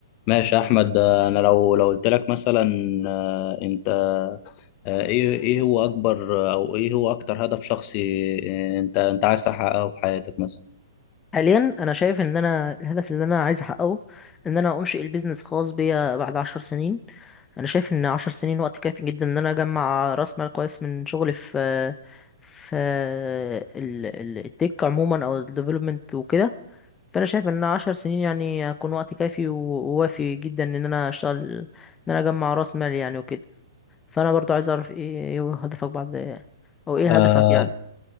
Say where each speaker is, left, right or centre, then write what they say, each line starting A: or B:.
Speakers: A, on the left (about 35°); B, on the left (about 15°).
A: ماشي يا احمد آه، انا لو لو قلت لك مثلا آه، انت آه، ايه ايه هو اكبر او ايه هو اكتر هدف شخصي آه، انت انت عايز تحققه في حياتك مثلا
B: حاليا انا شايف ان انا الهدف اللي انا عايز احققه ان انا انشئ البيزنس خاص بيا بعد عشر سنين انا شايف ان عشر سنين وقت كافي جدا ان انا اجمع راس مال كويس من شغلي في في ال- ال- التك عموما او الديفلوبمنت وكده فانا شايف ان عشر سنين يعني هيكون وقت كافي و- ووافي جدا ان انا اشتغل ان انا اجمع راس مال يعني وكده فانا برضو عايز اعرف ايه إيه هدفك بعد او ايه
A: آه،
B: هدفك يعني